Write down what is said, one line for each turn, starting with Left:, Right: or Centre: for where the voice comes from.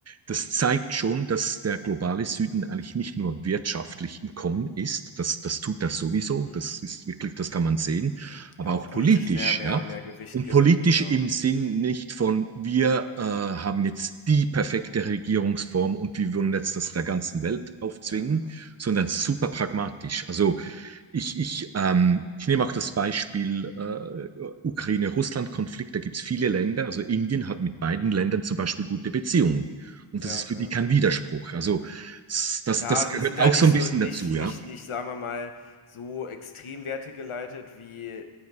Right: das zeigt schon, dass der globale Süden eigentlich nicht nur wirtschaftlich im Kommen ist. Das, das tut das sowieso.
Left: Mhm.
Right: Das ist wirklich, das kann man sehen, aber
Left: Ja, aber
Right: auch
Left: politisch
Right: politisch,
Left: mehr mehr
Right: ja.
Left: mehr Gewicht
Right: Und
Left: gewinnt,
Right: politisch
Left: genau.
Right: im Sinn nicht von, wir äh, haben jetzt die perfekte Regierungsform und wir wollen jetzt das der ganzen Welt aufzwingen,
Left: Ja, ja.
Right: sondern super pragmatisch. Also ich, ich, ähm, ich nehme auch das Beispiel äh, Ukraine-Russland-Konflikt. Da gibt es viele Länder. Also Indien hat mit beiden Ländern zum Beispiel
Left: Mhm.
Right: gute Beziehungen. Und
Left: Ja,
Right: das ist für
Left: ja.
Right: die kein Widerspruch. Also s- das,
Left: Ja,
Right: das
Left: die
Right: gehört
Left: sind
Right: auch
Left: halt
Right: so
Left: nicht
Right: ein
Left: so
Right: bisschen
Left: nicht
Right: dazu, ja.
Left: nicht nicht, sagen wir mal so extrem Werte geleitet, wie äh,